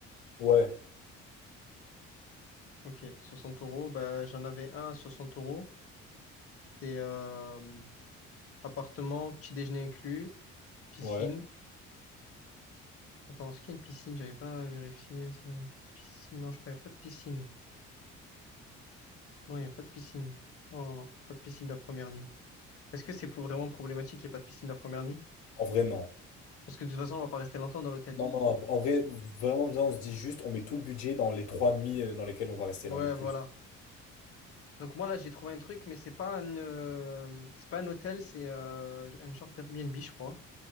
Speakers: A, on the left; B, on the left.
A: Ouais,
B: Ok, Soixante euros. Bah, j'en avais un à 60 euros. C'est euh, appartement, petit déjeuner inclus, piscine.
A: ouais.
B: Attends, est-ce qu'il y a une piscine? J'avais pas vérifié. s'il y a une piscine. Non, je crois qu'il n'y a pas de piscine. Non, il n'y a pas de piscine. Non, non, non. Pas de piscine la première nuit. Est-ce que c'est pour- vraiment problématique qu'il n'y ait pas de piscine la première nuit?
A: En vrai, non.
B: Parce que de toute façon, on va pas rester longtemps dans l'hôtel.
A: Non, non, non, en vrai, vraiment, viens, on se dit juste, on met tout le budget dans les trois nuits euh, dans lesquelles on va rester
B: Ouais,
A: là, le plus.
B: voilà. Donc moi là j'ai trouvé un truc, mais c'est pas un euh, c'est pas un hôtel, c'est euh, un genre d'Airbnb, je crois.